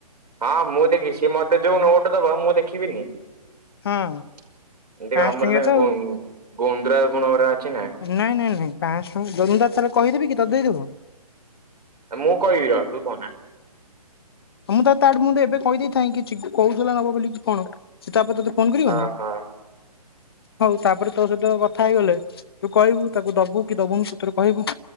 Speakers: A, on the right (about 85°); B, on the left (about 40°).
A: ହଁ ମୁଁ ଦେଖିବି ସିଏ ମୋତେ ଯୋଉ ନୋଟ ଦବ ମୁଁ ଦେଖିବିନି।
B: ହଁ।
A: ଟିକେ
B: ପାଞ୍ଚ
A: ଅମୁଲ
B: ଟଙ୍କିଆ
A: ପାଖେ
B: ତ ଆଉ
A: ଗୁ ଗୁନ୍ଦୁରା ଗୁଣ ଗୁଡା ଅଛି ନା।
B: ନାଇଁ ନାଇଁ ନାଇଁ ପାଁଶହ ଟଙ୍କା <unintelligible> ମୁଁ ତାକୁ ଥରେ କହିଦେବି କି ତୋତେ ଦେଇଦବ।
A: ଏ ମୁଁ କହିବି ରହ ତୁ କହନା।
B: ହଁ ମୁଁ ତ ତା ଆଡୁ ମୁଁ ତ ଏବେ କହିଦେଇଥାଏ କି ଚିକୁ କହୁଥିଲା ନବ ବୋଲି କି କଣ। ସେ ତାପରେ ତୋତେ ଫୋନ୍ କରିବନି,
A: ଓହୋ ହଁ।
B: ହଉ ତାପରେ ତୋ ସହିତ କଥା ହେଇଗଲେ ତୁ କହିବୁ ତାକୁ ଦବୁ କି ଦବୁନୁ ସେଥିରେ କହିବୁ।